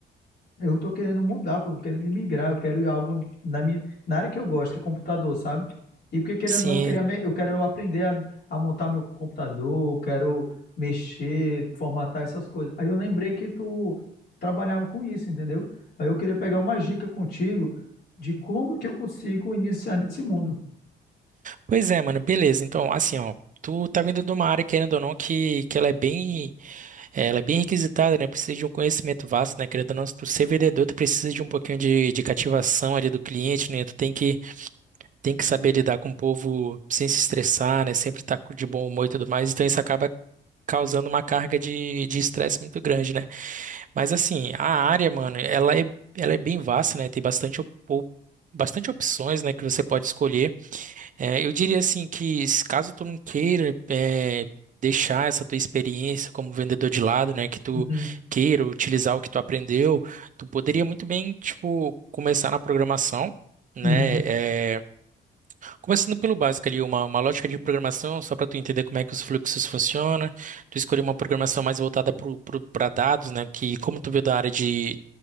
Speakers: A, on the left; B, on the right.
A: Eu tô querendo mudar, pô, tô querendo migrar, eu quero ir algo na minha, na área que eu gosto, que é computador, sabe? E porque querendo
B: sim.
A: ou não, eu queria me- eu quero aprender a, a montar meu computador, eu quero mexer, formatar essas coisas. Aí eu lembrei que tu trabalhava com isso, entendeu? Aí eu queria pegar uma dica contigo de como que eu consigo iniciar nesse mundo.
B: Pois é, mano, beleza. Então, assim, ó. Tu tá vindo de uma área, querendo ou não, que, que ela é bem É, Ela é bem requisitada, né? Precisa de um conhecimento vasto, né? Querendo ou não, se tu ser vendedor, tu precisa de um pouquinho de, de cativação ali do cliente, né? Tu tem que, tem que saber lidar com o povo sem se estressar, né? Sempre estar de bom humor e tudo mais. Então isso acaba causando uma carga de de estresse muito grande, né? Mas assim, a área, mano, ela é, ela é bem vasta, né? Tem bastante, op- op- bastante opções, né? Que você pode escolher. É, eu diria assim que se caso tu não queira é, deixar essa tua experiência como vendedor de lado, né, que tu
A: Uhum,
B: queira utilizar o que tu aprendeu, tu poderia muito bem, tipo, começar na programação, né?
A: uhum.
B: é, Começando pelo básico ali, uma, uma lógica de programação, só para tu entender como é que os fluxos funcionam, tu escolher uma programação mais voltada para dados, né? Que como tu veio da área de,